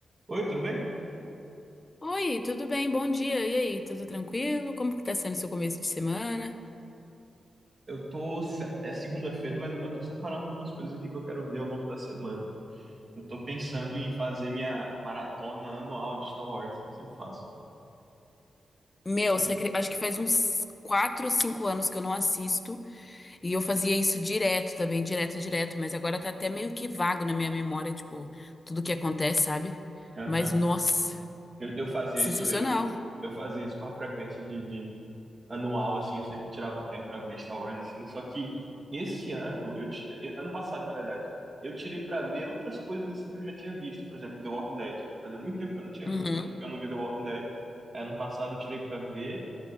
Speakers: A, on the right; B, on the left.
A: Oi, tudo bem?
B: Oi, tudo bem? Bom dia. E aí, tudo tranquilo? Como que tá sendo seu começo de semana?
A: Eu tô. se- É segunda-feira, mas eu já tô separando algumas coisas aqui que eu quero ver ao longo da semana. Eu tô pensando em fazer minha maratona anual de Star Wars, que eu sempre faço.
B: Meu,
A: Se-
B: você acre- acho que faz uns 4, ou 5 anos que eu não assisto. E eu fazia isso direto também, direto, direto. Mas agora tá até meio que vago na minha memória, tipo, tudo que acontece, sabe?
A: Aham.
B: Mas, nossa,
A: Eu, eu fazia
B: sensacional.
A: isso, eu, eu fazia isso com a frequência de, de anual, assim, eu sempre tirava um tempo pra ver Star Wars, assim. Só que esse ano, eu, ti- ano passado, na verdade, eu tirei pra ver outras coisas assim que eu já tinha visto. Por exemplo, The Walking Dead. Fazia muito tempo que eu não tinha,
B: Uhum.
A: que eu não, que eu não via The Walking Dead. Aí, Ano passado eu tirei pra ver.